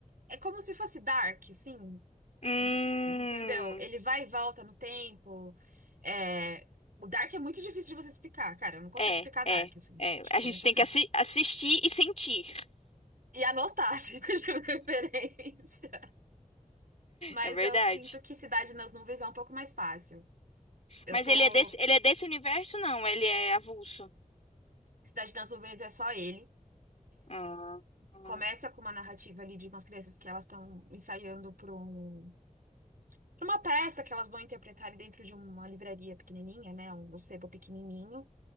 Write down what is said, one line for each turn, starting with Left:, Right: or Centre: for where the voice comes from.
Right: é como se fosse Dark, assim,
Left: Hum.
Right: en- entendeu? Ele vai e volta no tempo. é, O Dark é muito difícil de você explicar, cara, eu não consigo
Left: É,
Right: explicar Dark,
Left: é,
Right: assim,
Left: é.
Right: tipo,
Left: A gente
Right: é impossível.
Left: tem que assi- assistir e sentir. <laughs>
Right: E anotar, <laughs> assim, de preferência. Mas
Left: É verdade.
Right: eu sinto que Cidade nas Nuvens é um pouco mais fácil. Eu
Left: Mas
Right: tô.
Left: ele é desse, ele é desse universo, não? Ele é avulso.
Right: Cidade nas Nuvens é só ele.
Left: Ah, hum.
Right: Começa com uma narrativa ali de umas crianças que elas estão ensaiando para um pra uma peça que elas vão interpretar ali dentro de uma livraria pequenininha, né? Um um sebo pequenininho.